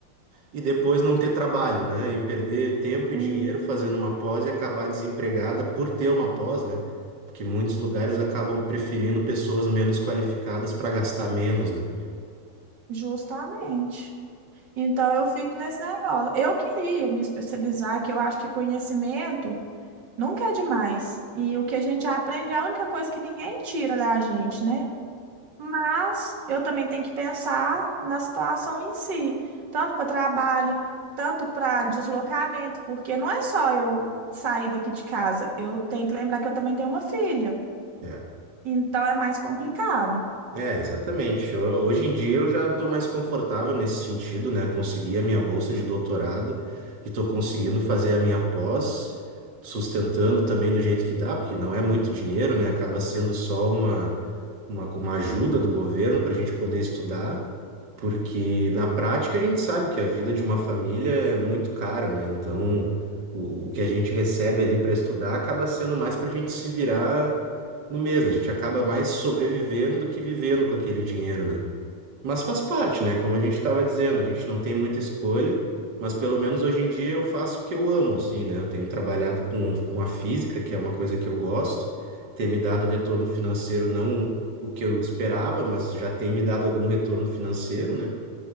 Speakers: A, on the right; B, on the right.
A: E depois não ter trabalho, né? E perder tempo
B: Uhum.
A: e dinheiro fazendo uma pós e acabar desempregada por ter uma pós, né? Porque muitos lugares acabam preferindo pessoas menos qualificadas para gastar menos, né?
B: Justamente. Então eu fico nesse negócio. Eu queria me especializar, que eu acho que conhecimento nunca é demais. E o que a gente aprende é a única coisa que ninguém tira da gente, né? Mas eu também tenho que pensar na situação em si, tanto para trabalho, tanto para deslocamento, porque não é só eu sair daqui de casa, eu tenho que lembrar que eu também tenho uma filha.
A: É.
B: Então é mais complicado.
A: É, exatamente. Ho- Hoje em dia eu já estou mais confortável nesse sentido, né? Consegui a minha bolsa de doutorado e estou conseguindo fazer a minha pós, sustentando também do jeito que dá, porque não é muito dinheiro, né? Acaba sendo só uma uma, uma ajuda do governo para a gente poder estudar, porque na prática a gente sabe que a vida de uma família é muito cara, né? Então, o, o que a gente recebe ali para estudar acaba sendo mais para a gente se virar no mesmo, né? a gente acaba mais sobrevivendo do que vivendo com aquele dinheiro, né? Mas faz parte, né? Como a gente estava dizendo, a gente não tem muita escolha, mas pelo menos hoje em dia eu faço o que eu amo, assim, né? Eu tenho trabalhado com, com a física, que é uma coisa que eu gosto, tem me dado retorno financeiro, não o que eu esperava, mas já tem me dado algum retorno financeiro, né?